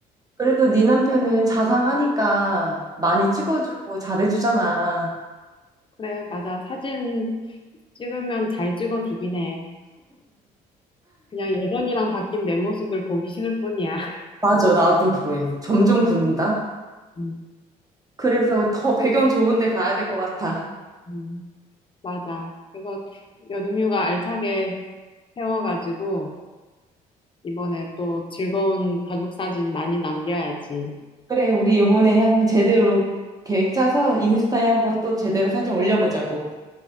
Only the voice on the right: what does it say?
그래도 네 남편은 자상하니까 많이 찍어주고 잘해주잖아.
맞아, 나도 그래. 점점 그런다.
그래서 더 배경 좋은 데 가야 될 것 같아.
그래, 우리 이번에 한번 제대로 계획 짜서 인스타에 한번 또 제대로 사진 올려보자고.